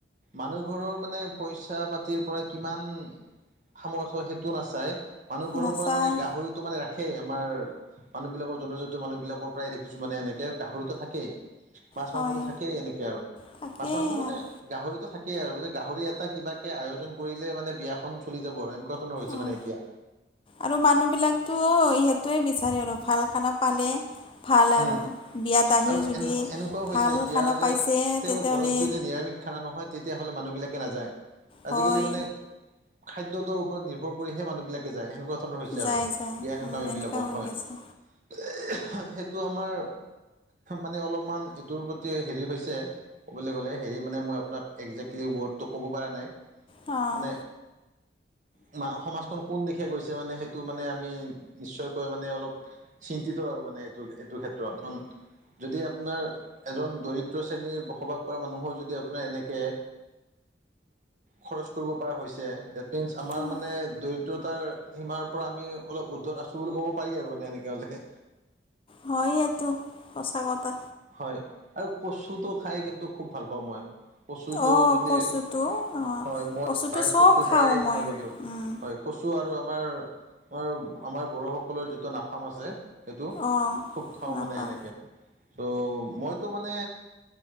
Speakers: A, on the right; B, on the left.
A: মানুহ ঘৰৰ মানে পইচা পাতিৰ পৰা কিমান সামৰ্থ সেইটো নাচাই। মানুহ ঘৰৰ
B: নাচায়
A: পৰা মানে গাহৰিতটো মানে ৰাখেই আমাৰ মানুহ বিলাকৰ জনজাত- ত মানুহবিলাকৰ প্ৰায় দেখিছো মানে এনেকে গাহৰিতটো থাকে। মাছ
B: হয়
A: মাংসটো থাকেই এনেকে আৰু মাছ,
B: থাকেই
A: মাংস মানে
B: আৰু
A: গাহৰিতটো থাকেই আৰু গাহৰি এটা কিবাকে আয়োজন কৰিলে মানে বিয়াখন চলি যাব আৰু এনেকুৱা ধৰণৰ হৈছে
B: অঁ
A: মানে এতিয়া।
B: আৰু মানুহবিলাকতো সেইটোৱে বিচাৰে আৰু ভাল খানা পালে ভাল আৰু
A: উম
B: বিয়াত আহি
A: আৰু
B: যদি
A: এনেকুৱা এনেকুৱাও হৈছে
B: ভাল
A: এতিয়া
B: খানা
A: যে
B: পাইছে
A: তেওঁৰ
B: তেতিয়া
A: ঘৰত
B: হ'লে
A: যদি নিৰামিষ খানা নহয় তেতিয়া হ'লে মানুহবিলাকে নাযায়। আজিকালি
B: হয়
A: মানে খাদ্যতৰ ওপৰতনিৰ্ভৰ কৰিহে মানুহ বিলাকে যায় সেনেকোৱা খণ্ডৰ হৈছে আৰু
B: যায় যায়
A: বিয়া সকাম এই
B: এনেকুৱা
A: বিলাকত
B: হৈ
A: হয়।
B: গৈছে
A: সেইটো আমাৰ মানে অলপমান এইটোৰ প্ৰতি হেৰি হৈছে। ক'বলৈ গ'লে হেৰি মানে মই আপোনাক একজেক্টলি ৱৰ্ডটো ক'ব পৰা নাই,
B: অঁ
A: মানে তাৰ সমাজখন কোন দিশে গৈছে মানে সেইটো মানে আমি নিশ্চয়কৈ মানে অলপ চিন্তিত আৰু মানে এইটো এইটো ক্ষেত্ৰত কাৰণ যদি আপোনাৰ এজন দৰিদ্ৰ শ্ৰেণীৰ বসবাস কৰা মানুহৰ যদি আপোনাৰ এনেকে খৰচ কৰিব পৰা হৈছে ডেট মিনচ আমাৰ
B: উম,
A: মানে দৰিদ্ৰতাৰ সীমাৰ পৰা আমি অলপ উদ্ধত আছো বুলি ক'ব পাৰি, আৰু মানে এনেকে হলে।
B: হয় এটো সঁচা কথা।
A: হয় আৰু কচুটো খাই কিন্তু খুব ভাল পাওঁ মই। কচুটো
B: অঁ
A: যদি
B: কচুটো অঁ
A: হয় মই
B: কচুটো
A: মায়ে
B: চব
A: কচু
B: খাওঁ
A: প্ৰায়ে বনাব
B: মই
A: দিওঁ
B: উম,
A: হয়। কচু আৰু আমাৰ আমাৰ আমাৰ বড়োসকলৰ যিটো নাফাম আছে। সেইটো
B: অঁ
A: খুব খাওঁ
B: নাপাম
A: মানে এনেকৈ ত' মইতো মানে